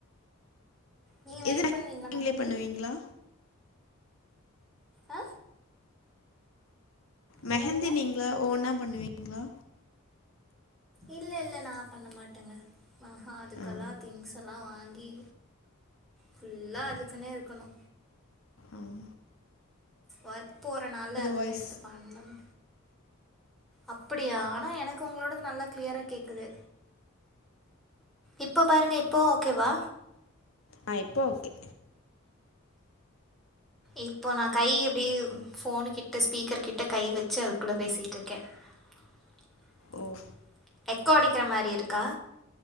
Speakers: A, in the centre; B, on the left.
A: நீங்கள் மேக்
B: எது
A: பண்ணுவீங்களா
B: <inaudible> நீங்ளே
A: மெஹந்தி
B: பண்ணுவீங்ளா
A: ஆ
B: மெஹந்தி
A: என்னதுங்க
B: நீங்களா ஓனா பண்ணுவீங்ளா
A: இல்ல இல்ல நா பண்ண மாட்டங்க ஆஹ அதுக்கெல்லா
B: ஆ
A: திங்ஸா ல்லா வாங்கி ஃபுல்லா அதுக்குன்னே இருக்கணு
B: ஆவு
A: ஒர்க் போறனால அதெல்லா
B: வாய்ஸ்
A: எடுத்து பண்ணம் அப்படியா ஆனா எனக்கு உங்களோடது நல்லா கிளியரா கேக்குது இப்பொ பாருங்க இப்போ ஓகேவா
B: ஆ இப்போ ஓகே
A: இப்போ நா கை இப்டி ஃபோனு கிட்ட ஸ்பீக்கர் கிட்ட கை வச்சு அதுக்குள்ள பேசிட்ருக்கெ கேட்கவில்லை
B: ஓ
A: எக்கோ அடிக்கிற மாரி இருக்கா